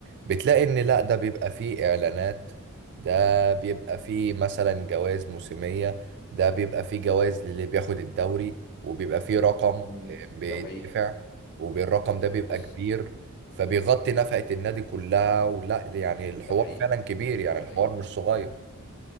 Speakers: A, on the right; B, on the left.
A: بتلاقي ان لا ده بيبقى فيه اعلانات ده بيبقى فيه مثلا جوائز موسمية ده بيبقى فيه جوائز للي بياخد الدوري وبيبقى فيه رقم
B: مم.
A: آه، بيدفع
B: ده حقيقي
A: والرقم ده بيبقى
B: بص
A: كبير فبيغطي نفقة النادي كلها ولا يعني الحوار
B: ده حقيقي
A: فعلا كبير يعني
B: ده
A: الحوار
B: حقيقي
A: مش صغير